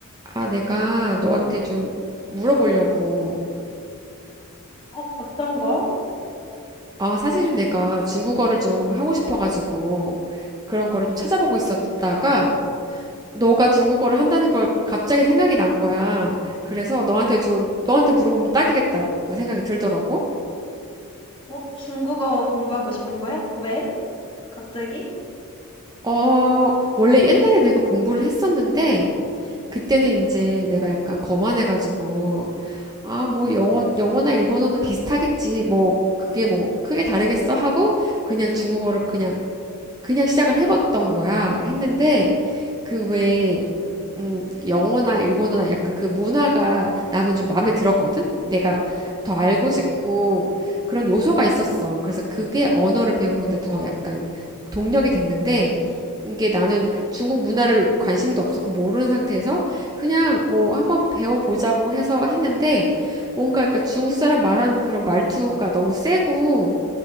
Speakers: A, on the right (about 15°); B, on the left (about 25°).
A: 아, 내가 너한테 좀 물어보려고.
B: 어, 어떤 거?
A: 아, 사실은 내가 중국어를 좀 하고 싶어가지고 그런 거를 좀 찾아보고 있었다가 너가 중국어를 한다는 걸 갑자기 생각이 난 거야. 그래서 너한테 좀, 너한테 물어보면 딱이겠다고 생각이 들더라고.
B: 어, 중국어 공부하고 싶은 거야? 왜? 갑자기?
A: 어, 원래 옛날에 내가 공부를 했었는데 그때는 이제 내가 약간 거만해가지고 아, 뭐 영어, 영어나 일본어나 비슷하겠지. 뭐 그게 뭐 크게 다르겠어 하고 그냥 중국어를 그냥 그냥 시작을 해봤던 거야. 했는데 그 왜, 음, 영어나 일본어나 약간 그 문화가 나는 좀 마음에 들었거든? 내가 더 알고 싶고 그런 요소가 있었어. 그래서 그게 언어를 배우는데 더 약간 동력이 됐는데 이게 나는 중국 문화를 관심도 없었고 모르는 상태에서 그냥 뭐 한번 배워보자고 해서 했는데 뭔가 그러니까 중국 사람 말하는 그런 말투가 너무 세고